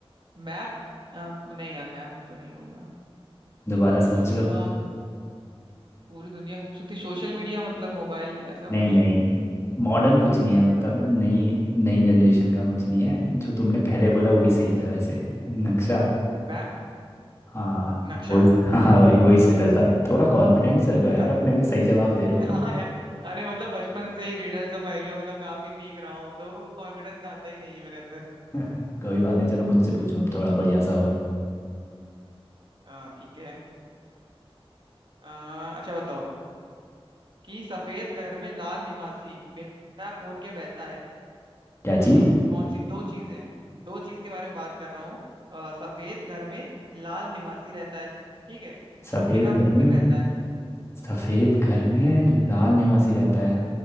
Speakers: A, on the right; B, on the left.
A: मैप नहीं यार मैप तो नहीं होगा
B: दोबारा सोच
A: म,
B: लो
A: पूरी दुनिया घूम सकती सोशल मीडिया मतलब मोबाइल ऐसा
B: नहीं
A: कुछ
B: नहीं मॉडर्न कुछ नहीं है मतलब नई नई जनरेशन का कुछ नहीं है जो तुमने पहले बोला वही सही था वैसे नक्शा
A: मैप
B: हाँ
A: नक्शा
B: वही हाँ हाँ भाई वही
A: हाँ
B: सरल था थोड़ा कॉन्फिडेंस रखो यार
A: <laughs> अ-
B: अपने में सही जवाब दे रहे हो
A: हाँ
B: तुम
A: यार अरे मतलब बचपन से ही रिडल्स और पहेलियों मतलब काफी वीक रहा हूँ तो कॉन्फिडेंस आता ही नहीं है मेरे अंदर
B: <laughs> कोई बात नहीं चलो मुझसे पूछो अब थोड़ा बढ़िया सा और
A: हाँ ठीक है अ, अच्छा बताओ कि सफेद घर में लाल निवासी बिना खून के बहता है
B: क्या
A: बताओ
B: चीज़
A: कौन सी दो चीजें हैं दो चीज के बारे में बात कर रहा हूँ अ, सफेद घर में लाल निवासी रहता है ठीक है
B: सफ़ेद
A: और बिना
B: घर
A: खून
B: में
A: के बहता है
B: सफ़ेद घर में लाल निवासी रहता है